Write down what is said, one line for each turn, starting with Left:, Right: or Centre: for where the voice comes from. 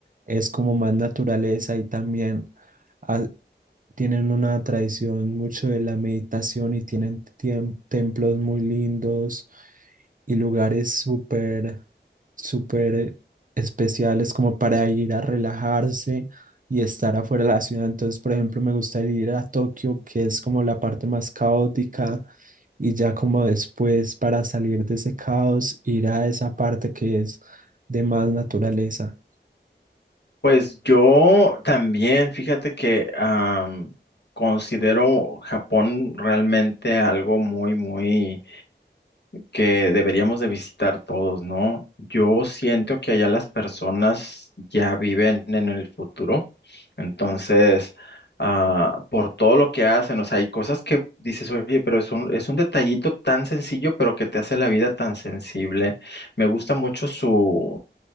Right: es como más naturaleza y también ha- tienen una tradición mucho de la meditación y tienen tiem- templos muy lindos y lugares súper, súper especiales como para ir a relajarse y estar afuera de la ciudad. Entonces, por ejemplo, me gustaría ir a Tokio, que es como la parte más caótica y ya como después para salir de ese caos, ir a esa parte que es de más naturaleza.
Left: Pues yo también, fíjate que am, considero Japón realmente algo muy, muy que deberíamos de visitar todos, ¿no? Yo siento que allá las personas ya viven en el futuro, entonces, ah, por todo lo que hacen, o sea, hay cosas que dices, oye, pero es un, es un detallito tan sencillo, pero que te hace la vida tan sensible. Me gusta mucho su,